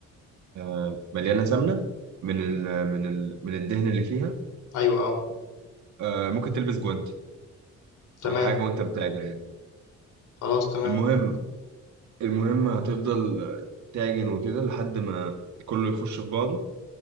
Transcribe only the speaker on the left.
أيوه آه،
تمام،
خلاص تمام،